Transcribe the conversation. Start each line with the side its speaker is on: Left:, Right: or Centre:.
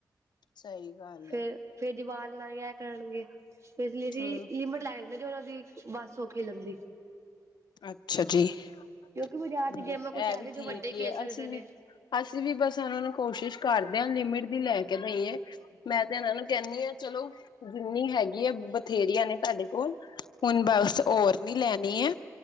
Left: ਸਹੀ ਗੱਲ
Right: ਫੇਰ
Left: ਹੈ
Right: ਫੇਰ ਜਵਾਲ ਲੈ ਕੇ ਆਇਆ ਕਰਨਗੇ ਫਿਰ ਇਸ ਲਈ ਜੀ
Left: ਹਮ
Right: ਲਿਮਿਟ ਲੈ ਕੇ ਦਿੰਦੇ ਜੋ ਉਹਨਾ ਦੀ ਬੱਸ ਸੋਖੀ ਲੰਗਦੀ
Left: ਅੱਛਾ ਜੀ ਚਲੋ
Right: ਬਾਜ਼ਾਰ ਚ ਗੇਮਾਂ ਕੁਛ
Left: ਐਹ ਵੀ
Right: ਐਸੀ ਜੋ
Left: ਠੀਕ
Right: ਵੱਡੇ ਖੇਲ
Left: ਈ ਐ
Right: ਸਕਦੇ
Left: ਅਸੀ ਵੀ
Right: ਨੇ।
Left: ਅਸੀਂ ਵੀ ਬਸ ਉਹਨਾਂ ਨੂੰ ਕੋਸ਼ਿਸ਼ ਕਰਦੇ ਹਾਂ ਲਿਮਿਟ ਦੀ ਲੈ ਕਿ ਦਈਏ ਮੈ ਤੇ ਇਹਨਾਂ ਨੂੰ ਕੈਨੀ ਆ ਚਲੋ ਜਿੰਨੀ ਹੈਗੀ ਐ ਬਥੇਰੀਆਂ ਨੇ ਤੁਹਾਡੇ ਕੋਲ ਹੁਣ ਬਸ ਓਰ ਨੀ ਲੈਣੀ ਐ